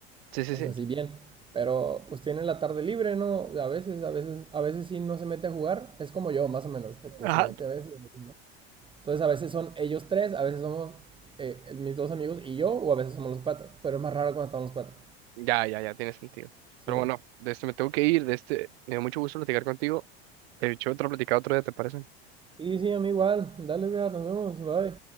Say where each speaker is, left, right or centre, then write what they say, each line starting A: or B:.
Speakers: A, on the right (about 75°); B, on the right (about 15°).
A: Sí, sí,
B: o
A: sí.
B: sea, sí bien, pero pues tiene la tarde libre, ¿no? A veces, a veces, a veces sí no se mete a jugar, es como yo, más o menos, de que
A: Ajá.
B: se mete a veces, a veces no. Entonces a veces son ellos tres, a veces somos eh, mis dos amigos y yo, o a veces somos los cuatro, pero es más raro cuando estamos los cuatro.
A: Ya, ya, ya, tiene sentido.
B: Sí.
A: Pero bueno, de este me tengo que ir, de este, me dio mucho gusto platicar contigo. De hecho, otra platicada otro día, ¿te parece?
B: Y sí, a mí igual, dale, Edgar, nos vemos, bye.